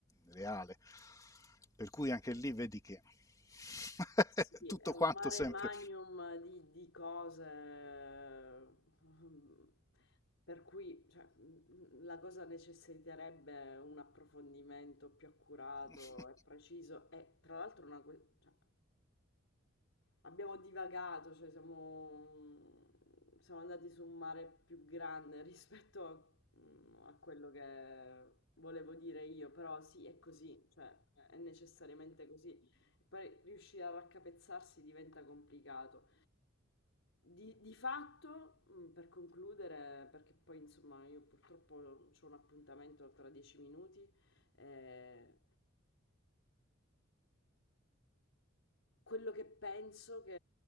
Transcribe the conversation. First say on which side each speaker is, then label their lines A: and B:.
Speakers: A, on the left; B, on the left.
A: reale. Per cui anche lì vedi che <laughs>
B: Sì,
A: tutto
B: è un
A: quanto
B: mare
A: sempre.
B: magnum di, di cose, ehm, per cui cioè, mm, la cosa necessiterebbe un approfondimento più accurato
A: <laughs>
B: e preciso e tra l'altro una, que- cioè, abbiamo divagato, cioè siamo, siamo andati su un mare più grande <laughs> rispetto a mm, a quello che volevo dire io, però sì, è così, cioè è necessariamente così poi riuscire a raccapezzarsi diventa complicato. Di, di fatto, mh, per concludere, perché poi insomma io purtroppo ho un appuntamento tra dieci minuti, eh, quello che penso che,